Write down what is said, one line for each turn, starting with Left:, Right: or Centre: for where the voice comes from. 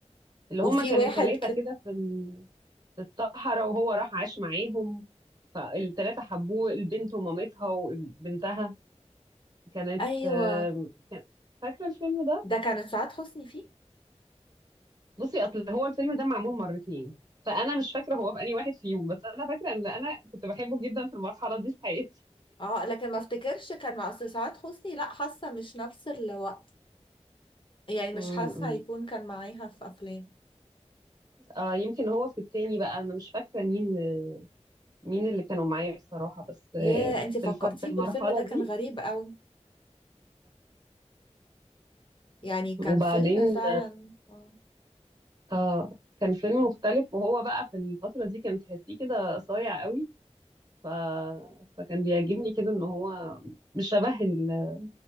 Right: اللي
Left: وفي
Right: هما كانوا
Left: واحد
Right: ثلاثه
Left: كده
Right: كده في في الصحراء وهو راح عاش معاهم فالتلاتة حبوه البنت ومامتها وبنتها كانت
Left: ايوه
Right: آم، كان- فاكرة الفيلم ده؟
Left: ده كانت سعاد حسني فيه
Right: بصي أصل هو الفيلم ده معمول مرتين فأنا مش فاكرة
Left: اه
Right: هو في أي واحد فيهم بس أنا فاكرة إن أنا كنت بحبه جدا في المرحلة دي في حياتي
Left: آه، لكن ما افتكرش كان مع أصل سعاد حسني لا حاسة مش نفس الوقت يعني مش
Right: امم
Left: حاسة هيكون كان معاها في افلام
Right: آه يمكن هو في التاني بقى أنا مش فاكرة مين مين اللي كانوا معايا بصراحة بس آه،
Left: ياه انت فكرتيني
Right: في الف... في المرحلة
Left: بالفيلم ده كان
Right: دي
Left: غريب قوي يعني كان
Right: وبعدين
Left: فيلم فعلا آه.
Right: آه كان فيلم مختلف وهو بقى في الفترة دي كان تحسيه كده صايع قوي ف... فكان بيعجبني كده ان هو مش شبه ال-